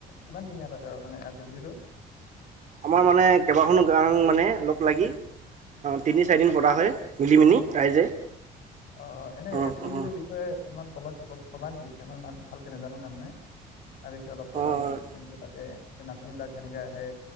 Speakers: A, on the left (about 65°); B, on the right (about 45°).
A: কিমান দিনীয়া পাতে আৰু মানে ৰাতি বিহুটো
B: আমাৰ মানে কেইবাখনো গাঙ মানে লগ লাগি তিনি
A: অ
B: চাৰিদিন পতা হয়। মিলি মিনি ৰাইজে
A: অ অ এনেই
B: অঁ
A: ৰাতি
B: অঁ
A: বিহুটোৰ বিষয়ে ইমান ক'বা ক'বা নেকি মানে ভালকে নাজানো তাৰমানে তাৰ বিষয়ে অলপ ক'বা
B: অঁ
A: নেকি কেনেকৈ পাতে নাচনীবিলাক কেনেকে আহে